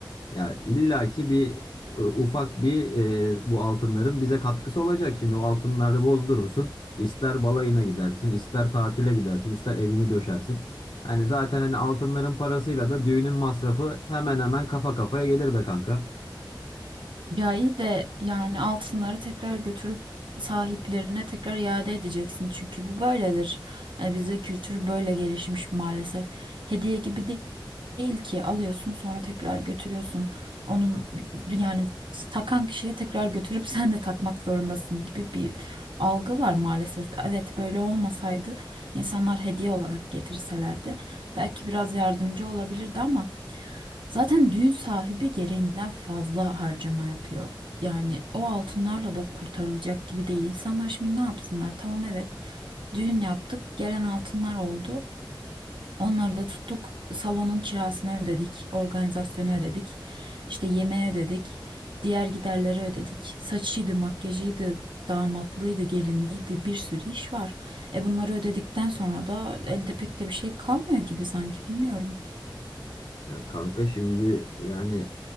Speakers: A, on the left (about 65°); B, on the right (about 70°).
A: Ya illaki bir e, ufak bir e, bu altınların bize katkısı olacak. Şimdi o altınları bozdurursun. İster balayına gidersin, ister tatile gidersin, ister evini döşersin. Yani zaten hani altınların parasıyla da düğünün masrafı hemen hemen kafa kafaya gelir be kanka.
B: Ya iyi de yani altınları tekrar götürüp sahiplerine tekrar iade edeceksin. Çünkü bu böyledir. Yani bizde kültür böyle gelişmiş maalesef. Hediye gibi değil. değil ki alıyorsun sonra tekrar götürüyorsun. Onun yani takan kişiye tekrar götürüp <laughs> sen de takmak zorundasın gibi bir algı var maalesef. Evet böyle olmasaydı insanlar hediye olarak getirselerdi belki biraz yardımcı olabilirdi ama zaten düğün sahibi gereğinden fazla harcama yapıyor. Yani o altınlarla da kurtarılacak gibi değil. İnsanlar şimdi ne yapsınlar? Tamam evet düğün yaptık gelen altınlar oldu. Onları da tuttuk. Salonun kirasını ödedik, organizasyonu ödedik, işte yemeği ödedik, diğer giderleri ödedik. Saçıydı, makyajıydı, damatlığıydı, gelinliğiydi, bir sürü iş var. E bunları ödedikten sonra da elde pek de bir şey kalmıyor gibi sanki bilmiyorum.
A: Ya kanka şimdi yani